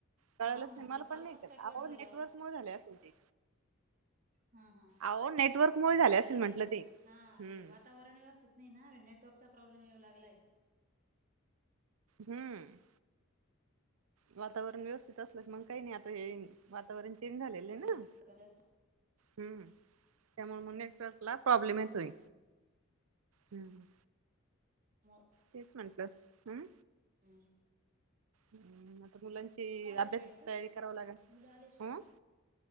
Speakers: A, on the right (about 85°); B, on the right (about 40°).
A: कळालंच
B: हा म्हणलं
A: नाही मला
B: कॉल
A: पण नाही
B: कस
A: का.
B: काय कट
A: अहो
B: झाला
A: नेटवर्क मुळे झाले असेल ते
B: ह, ह
A: अहो नेटवर्क मुळे झाले
B: नेटवर्क
A: असेल म्हंटलं
B: आहे ना?
A: ते
B: हा
A: हम्म
B: वातावरण <unintelligible> नाही ना नेटवर्कचा प्रॉब्लेम येऊ लागलाय
A: हम्म वातावरण व्यवस्थित असलं की मग काही नाही आता हे, वातावरण चेंज झालेलं
B: कमी
A: हे ना
B: जास्त कमी जास्त
A: हम्, त्यामुळ म नेटवर्कला प्रॉब्लेम
B: हम्म
A: येतोय.
B: हम्म
A: हम्म
B: मस्त
A: तेच म्हणल, हम्म
B: हम्म
A: हम्, आता मुलांची
B: आले
A: अभ्यासाची
B: शाळेतून
A: तयारी करावी लागन,
B: मुलं आले शाळेतून
A: हम